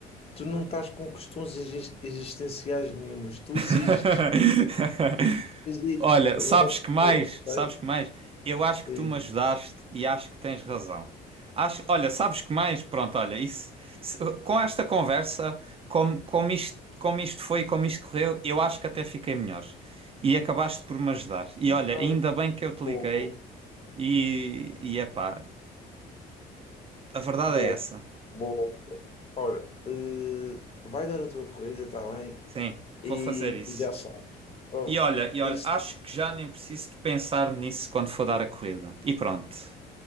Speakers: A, on the left; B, on the right.
A: Tu não estás com questões exis- existenciais nenhumas. Tu
B: <laughs>
A: existes. Existes.
B: Olha, sabes
A: És uma pessoa.
B: que mais? Sabes
A: ok?
B: que mais? Eu acho que
A: Diz.
B: tu me ajudaste e acho que tens razão. Acho, olha, sabes que mais? Pronto, olha, isso, se- com esta conversa, como, como isto, como isto foi, e como isto correu, eu acho que até fiquei melhor. E acabaste por me ajudar. E
A: Então,
B: olha, ainda bem que eu te
A: bom,
B: liguei e, e epá, a verdade
A: bom,
B: é essa.
A: bom, bom. Olha, eh, vai dar a tua corrida, está bem?
B: Sim,
A: E
B: vou fazer isso.
A: já sabes. Oh,
B: E olha, e olha,
A: isso,
B: acho que já nem preciso de pensar nisso quando for dar a corrida. E pronto.